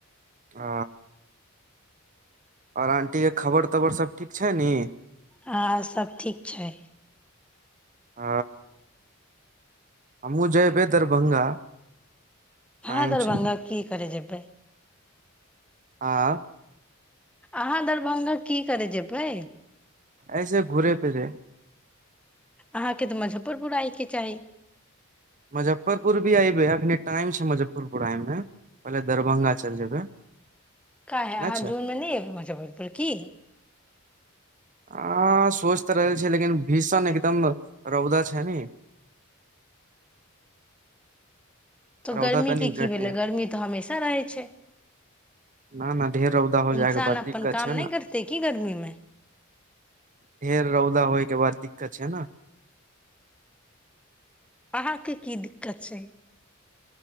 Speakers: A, on the right; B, in the centre.
A: ह आओर आंटी के खबर तबर सभ ठीक छै न
B: हँ सब ठीक छै
A: ह हम मु जेबै दरभंगा
B: हँ
A: टाइम
B: दरभङंगा
A: छै
B: किी कर जेबै बै
A: आँ
B: अहाँ दरभंगा की करय जेबै
A: ऐसे घुरे फिरे
B: अहाँके तऽ मुजफ्फरपुर आयके चाही
A: मुजफ्फरपुर भी आइ भै अख टाइम छै मुजफ्फरपुरमे पहिले दरभंगा चलि जेबै
B: क है
A: नहि
B: अहाँ
A: छै
B: जूनमे नहि एबै मुजफ्फरपुर की
A: ह सोच तऽ रहल छी लेकिन भीषण एकदम रौदा छै ने
B: तो
A: रौदा
B: गर्मी
A: तनी
B: के की
A: घटे
B: भेलै गर्मी तऽ हमेशा रहै छै
A: न न ढेर रौदा हो
B: इन्सान
A: जाय के बाद
B: अपन
A: दिक्कत
B: काम
A: छै
B: नहि
A: ने
B: करते की गर्मी मे
A: ढेर रौदा होय के बार दिक्कत छै ने
B: अहाँके की दिक्कत छै